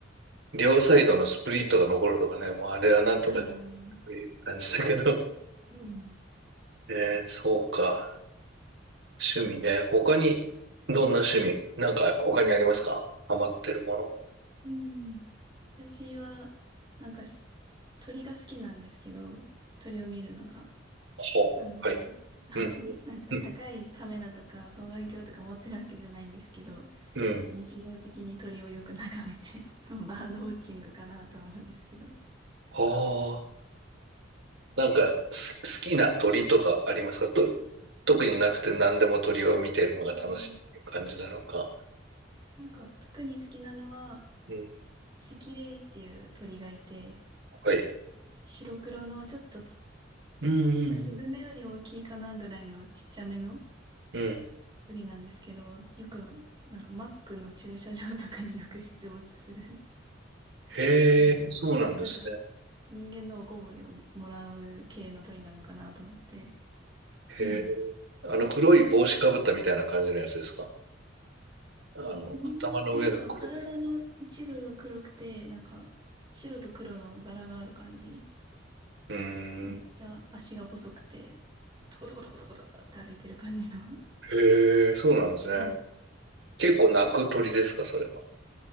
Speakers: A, on the right; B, on the right.
A: 両サイドのスプリットが残るとかね、もうあれはなんとかっ
B: <laughs> ああ、
A: ていう感じだけど。
B: うん。
A: えー、そうか。趣味ね。他に、どんな趣味なんか他にありますかハマってるもの。
B: うん。私は、なんかし、鳥が好きなんですけど、鳥を見るのが。
A: はあはい。
B: なので、あの、
A: うん。
B: <laughs> なんか高いカメラとか双眼鏡とか持ってるわけじゃないんですけど、
A: うん。うん。
B: 日常的に鳥をよく眺めて <laughs> バードウォッチングかなとは思うんですけど。
A: はなんか、す好きな鳥とかありますかと、特になくて何でも鳥を見てるのが楽しいっていう感じなのか。
B: うんなんか特に好きなのは、
A: うん。
B: セキレイっていう鳥がいて、
A: はい。
B: 白黒のちょっとつ
A: うんうん
B: スズメより大きいかなぐらいのちっちゃめの
A: うん。うん。
B: 鳥なんですけど、よくなんかマックの駐車場とかによく出没する
A: へえ、
B: <laughs> 鳥
A: そうなんですね。
B: なんか人間のおこぼれをもらう系の鳥なのかなと思って。
A: へえ。
B: うん。
A: あの黒い帽子かぶったみたいな感じのやつですかあの、
B: うん、
A: 頭の上の黒い。
B: なんか体の一部が黒くて、なんか白と黒の柄がある感じ。
A: うー
B: で、めっちゃ足が細くて、
A: ん。
B: トコトコトコトコトコって歩いてる感じの。
A: へえ、そうなんですね。
B: うん。
A: 結構鳴く鳥ですか、それは。